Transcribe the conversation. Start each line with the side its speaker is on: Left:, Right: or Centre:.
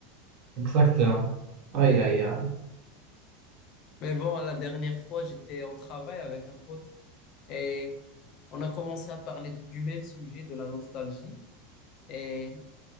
Right: Exactement. Aïe, aïe, aïe.
Left: Mais bon, la dernière fois, j'étais au travail avec un pote et on a commencé à parler du du même sujet, de la nostalgie. Et